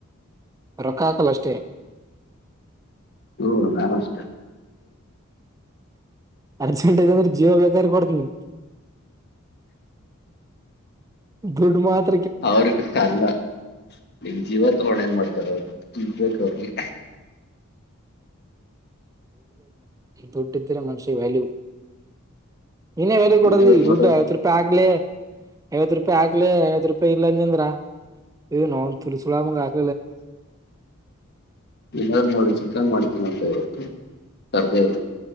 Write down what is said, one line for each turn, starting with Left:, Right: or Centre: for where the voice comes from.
Right: ರೊಕ್ಕ ಹಾಕಲ್ಲ ಅಷ್ಟೇ
Left: ಹ್ಮ ನಾನು ಅಷ್ಟ
Right: ಅರ್ಜೆಂಟಂದ್ರ ಜೀವ ಬೇಕಾರ್ ಕೊಡ್ತನಿ ಗುಡ್ಮತ್
Left: ಅವ್ರ ಅಲ್ಲ ನಿನ್ ಜೀವ ತಗೋೊಂಡ ಏನ್ ಮಾಡ್ತಾರ ಅವರು ಇ ಬ ಅವಿಗೆ
Right: ದುಡ್ ಇದ್ದ್ರೆ ಮನುಷ್ಯ ವ್ಯಾಲ್ಯೂ ಇನೇ ವ್ಯಾಲ್ಯೂ ಕೊಡಲ್ಲಿ
Left: ಏನೋ ನೋಡು
Right: ದುಡ್ಡು ಐವತ್ತು ರೂಪಾಯಿ ಆಗ್ಲೆ ಐವತ್ ರೂಪಾಯಿ ಹಾಕ್ಲಿ ಐವತ್ ರೂಪಾಯಿ ಇಲ್ಲ ಅಂದಂದ್ರ ಏ ನನ್ ತು ಸುಲಾಮ ಆಾಕ್
Left: ನದ್ ಮಾಡ ಚಕ್ಕನ್ ಮಾಡ <unintelligible> ಹ ಸರ್ದೇಲ್ಲ